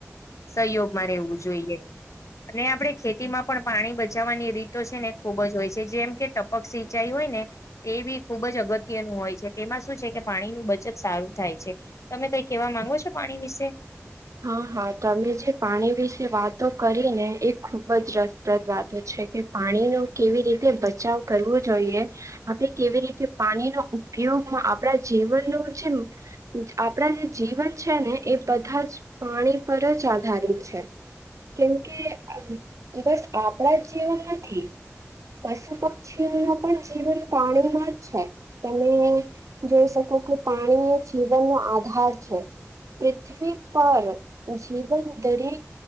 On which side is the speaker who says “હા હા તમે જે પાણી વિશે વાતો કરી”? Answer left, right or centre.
Right